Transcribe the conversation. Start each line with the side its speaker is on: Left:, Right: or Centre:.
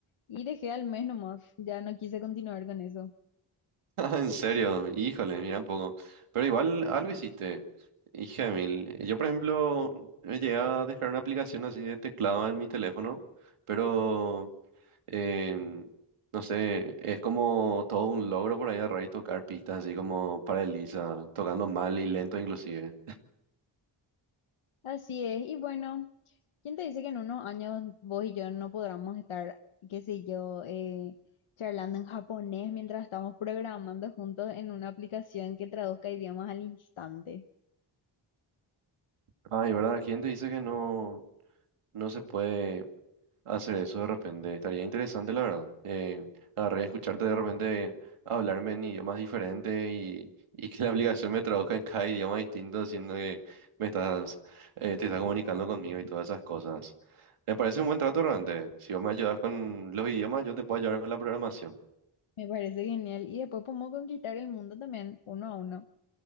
Left: Y dejé al mes nomás, ya no quise continuar con eso.
Right: Ah, En serio, híjole, mira un poco. Pero igual algo hiciste, hija de mil. Eh, Yo, por ejemplo, me llegué a dejar una aplicación así de teclado en mi teléfono, pero em, no sé, es como todo un logro por ahí agarrar y tocar pistas así como para Elisa, tocando mal y lento inclusive.
Left: Así es, y bueno, ¿quién te dice que en unos años vos y yo no podamos estar, qué sé yo, eh, charlando en japonés mientras estamos programando juntos en una aplicación que traduzca idiomas al instante?
Right: Ay, ¿verdad? ¿Quién te dice que no, no se puede hacer eso de repente? Estaría interesante, la verdad. Eh, agarrar y escucharte de repente hablarme en idiomas diferentes y, y que <laughs> la aplicación me traduzca en cada idioma distinto, siendo que me estás, eh, te estás comunicando conmigo y todas esas cosas. Me parece un buen trato realmente. Si vos me ayudas con los idiomas, yo te puedo ayudar con la programación.
Left: Me parece genial. Y después podemos conquistar el mundo también, uno a uno.